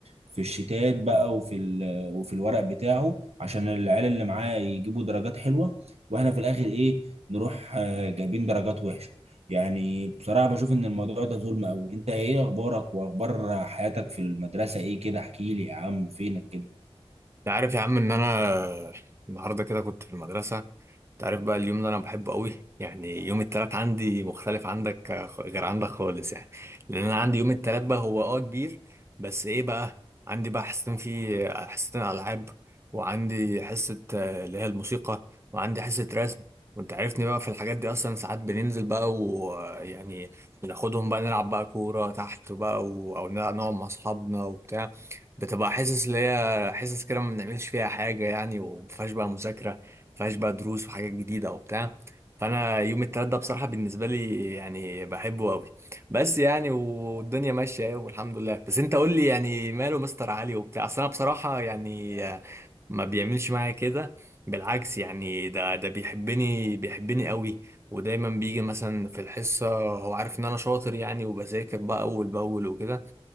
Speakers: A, on the right; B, on the right.
A: في الشتات بقى وفي ال- وفي الورق بتاعه عشان العيال اللي معاه يجيبوا درجات حلوه واحنا في الاخر ايه نروح آه، جايبين درجات وحشه يعني بصراحة بشوف إن الموضوع ده ظلم أوي، أنت إيه أخبارك وأخبار حياتك في المدرسة إيه كده؟ احكي لي يا عم فينك كده؟
B: انت عارف يا عم ان انا النهارده كده كنت في المدرسه تعرف بقى اليوم اللي انا بحبه قوي يعني يوم التلات عندي مختلف عندك آه، خ- غير عندك خالص يعني لان انا عندي يوم التلات بقى هو اه كبير بس ايه بقى عندي بقى حصتين فيه آه، حصتين العاب وعندي حصة آه، اللي هي الموسيقى وعندي حصة رسم وانت عارفني بقى في الحاجات دي اصلا ساعات بننزل بقى ويعني بناخدهم بقى نلعب بقى كورة تحت بقى و... او نلعب نقعد مع اصحابنا وبتاع بتبقى حصص اللي هي حصص كده ما بنعملش فيها حاجة يعني ومفيهاش بقى مذاكرة فيهاش بقى دروس وحاجات جديده وبتاع فانا يوم التلات ده بصراحه بالنسبه لي يعني بحبه قوي بس يعني والدنيا ماشيه اهي والحمد لله بس انت قول لي يعني ماله مستر علي وبتاع اصل انا بصراحه يعني آه، ما بيعملش معايا كده بالعكس يعني ده ده بيحبني بيحبني قوي ودايما بيجي مثلا في الحصه هو عارف ان انا شاطر يعني وبذاكر بقى اول باول وكده